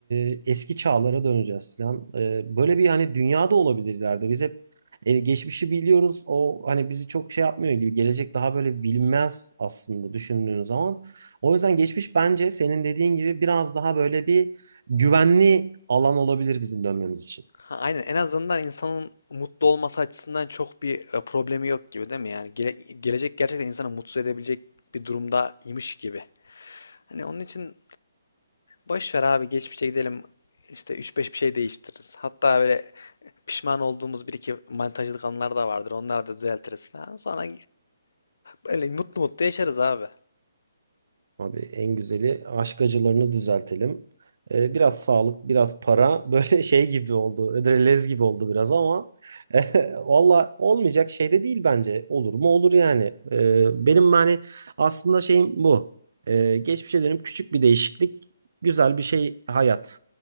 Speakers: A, on the right; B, on the left.
A: e, eski çağlara döneceğiz falan. E, böyle bir hani dünyada olabilir ileride. Biz hep e, geçmişi biliyoruz. O hani bizi çok şey yapmıyor gibi. Gelecek daha böyle bilinmez aslında düşündüğün zaman. O yüzden geçmiş bence senin dediğin gibi biraz daha böyle bir güvenli alan olabilir bizim dönmemiz için.
B: Ha, aynen en azından insanın mutlu olması açısından çok bir e, problemi yok gibi değil mi? Yani gele- gelecek gerçekten insanı mutsuz edebilecek bir durumdaymış gibi. Hani onun için boş ver abi geçmişe gidelim işte üç beş bir şey değiştiririz. Hatta böyle pişman olduğumuz bir iki manitacılık anlar da vardır. Onları da düzeltiriz falan. Sonra böyle mutlu mutlu yaşarız abi.
A: Abi en güzeli aşk acılarını düzeltelim. Ee, biraz sağlık, biraz para <laughs> böyle şey gibi oldu. Ödrelez gibi oldu biraz ama <laughs> eh, valla olmayacak şey de değil bence. Olur mu olur yani. Ee, benim hani aslında şeyim bu. Ee, geçmişe dönüp küçük bir değişiklik, güzel bir şey hayat.